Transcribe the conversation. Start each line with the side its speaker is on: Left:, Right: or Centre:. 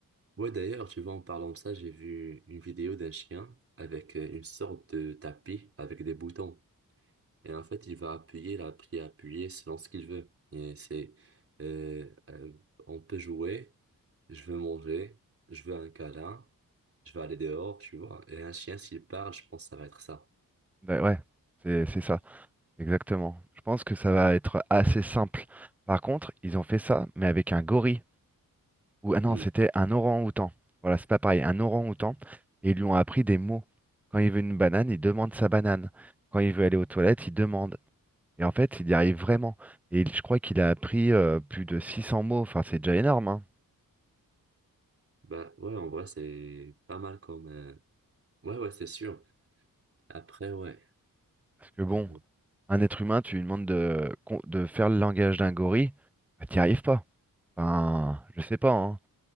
Right: Ouais, d'ailleurs, tu vois, en parlant de ça, j'ai vu une vidéo d'un chien avec euh, une sorte de tapis avec des boutons. Et en fait, il va appuyer, la appuyer, appuyer selon ce qu'il veut. Et c'est, euh, euh, on peut jouer, je veux manger, je veux un câlin, je veux aller dehors, tu vois. Et un chien, s'il parle, je pense que ça va être ça.
Centre: Ben ouais, c'est c'est ça. Exactement. Je pense que ça va être assez simple. Par contre, ils ont fait ça, mais avec un gorille. Ou ah non,
Right: Hmm.
Centre: c'était un orang-outan. Voilà, c'est pas pareil, un orang-outan. Et ils lui ont appris des mots. Quand il veut une banane, il demande sa banane. Quand il veut aller aux toilettes, il demande. Et en fait, il y arrive vraiment. Et il- je crois qu'il a appris euh, plus de 600 mots. Enfin, c'est déjà énorme, hein.
Right: Bah ouais, en vrai, c'est pas mal comme... euh, Ouais, ouais, c'est sûr. Après, ouais.
Centre: Parce que bon,
Right: euh,
Centre: un être humain, tu lui demandes de, con- de faire le langage d'un gorille, bah, t'y arrives pas. Enfin, je sais pas, hein.